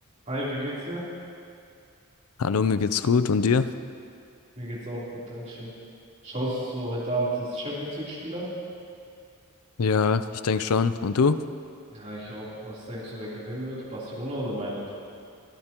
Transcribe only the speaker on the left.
Hallo, mir geht's gut und dir?
Ja, ich denke schon. Und du?